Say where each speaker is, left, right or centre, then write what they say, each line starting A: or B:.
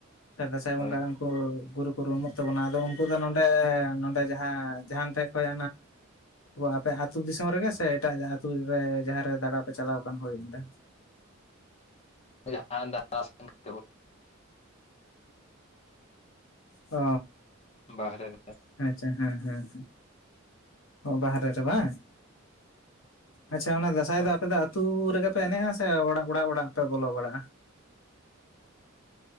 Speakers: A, on the left; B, on the left.
A: ᱫᱟᱸᱥᱟᱭ ᱵᱚᱝᱜᱟ
B: ᱦᱳᱭ
A: ᱜᱩᱨᱩ ᱠᱚ ᱨᱩᱢᱩᱜ ᱛᱟᱵᱚᱱᱟ ᱟᱫᱚ ᱩᱱᱠᱩ ᱫᱚ ᱱᱚᱰᱮ ᱱᱚᱰᱮ ᱡᱟᱦᱟ ᱡᱟᱦᱟᱱ ᱴᱷᱮᱡ ᱠᱷᱚᱡ ᱳ ᱟᱯᱮ ᱟᱹᱛᱩ ᱫᱤᱥᱚᱢ ᱨᱮᱜᱮ ᱥᱮ ᱮᱴᱟᱜ ᱟᱹᱛᱩ ᱨᱮ ᱡᱟᱦᱟᱸᱨᱮ ᱫᱟᱬᱟ ᱯᱮ ᱪᱟᱞᱟᱣ ᱟᱠᱟᱱ ᱦᱳᱭ ᱚᱱᱰᱮ
B: <unintelligible>
A: ᱚ
B: ᱵᱟᱦᱨᱮ ᱨᱮ
A: ᱟᱪᱪᱷᱟ ᱦᱮᱸ ᱦᱮᱸ᱾ ᱚ ᱵᱟᱦᱨᱮ ᱨᱮ ᱵᱟᱝ ᱟᱪᱪᱷᱟ ᱚᱱᱟ ᱫᱟᱸᱥᱟᱭ
B: ᱦᱳᱭ
A: ᱫᱚ ᱟᱯᱮ ᱫᱚ ᱟᱹᱛᱩ ᱨᱮᱜᱮ ᱯᱮ ᱮᱱᱮᱡ-ᱟ, ᱥᱮ ᱚᱲᱟᱜ ᱚᱲᱟᱜ ᱚᱲᱟᱜ ᱯᱮ ᱵᱚᱞᱚ ᱵᱟᱲᱟᱜᱼᱟ